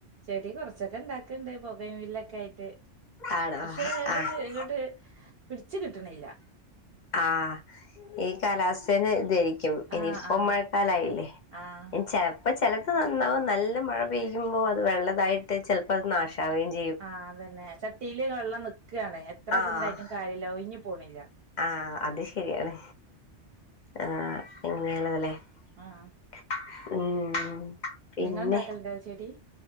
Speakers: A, on the right (about 60°); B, on the left (about 50°).
A: ചെടി കൊർച്ചൊക്കെ ഇണ്ടാക്ക്ണ്ട് ബൊഗെൻ വില്ലൊക്കെ ആയിട്ട്
B: ആണോ
A: പക്ഷെ അത്
B: ആഹ്
A: ഇങ്ങെട്ട് പിട്ച്ച് കിട്ട്ണ് ഇല്ലാ
B: ആഹ് ഈ കാലാവസ്ഥെന് ഇതെയ് ക്കും ഇനിയിപ്പം
A: ആഹ് ആഹ്
B: മഴക്കാലം ആയില്ലെ
A: ആഹ്
B: ഇനി ചെ അപ്പം ചെലെത് നന്നാവും നല്ല മഴ പെയ്യുമ്പോ അത് വെള്ളതായിട്ട് ചെൽപ്പം അത് നാശവെം ചെ
A: ആഹ് അതെന്നെ ചട്ടിൽ വെള്ളം നിക്കാണ് എത്ര
B: ആഹ്
A: ഇത് ഇണ്ടായിട്ടും കാര്യ ഇല്ല ഒഴിഞ്ഞ് പോണ് ഇല്ലാ
B: ആഹ് അത് ശരിയാണ് ആഹ് ഇങ്ങനെ ലെ
A: ആഹ്
B: ഉം പിന്നെ
A: നിങ്ങെൾ ഇണ്ടാക്കെൽ ഇണ്ടോ ചെടി